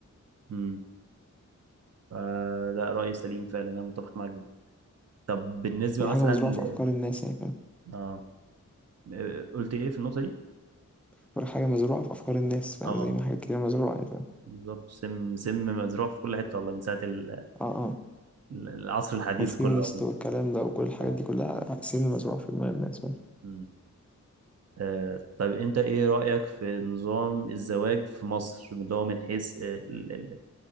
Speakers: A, on the right; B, in the centre.
A: امم فده رأي سليم فعلا انا متفق معاك جدا طب بالنسبة
B: دي
A: مثلا
B: حاجه مزروعه
A: ل...
B: في افكار الناس يعني فاهم
A: اه آه، قلت ايه في النقطة دي؟
B: بقول لك حاجه مزروعه في افكار الناس فاهم
A: اه
B: زي ما حاجات كتير مزروعه يعني فاهم
A: بالظبط سم سم مزروع في كل حتة والله من ساعة ال-
B: اه اه
A: ال- العصر الحديث
B: والفيمينست
A: كله عموما
B: والكلام ده وكل الحاجات
A: اه
B: دي كلها سن مزروعه في دماغ الناس فاهم
A: مم. آه، طب انت ايه رأيك في نظام الزواج في مصر اللي هو من حيث آه، ال- ال-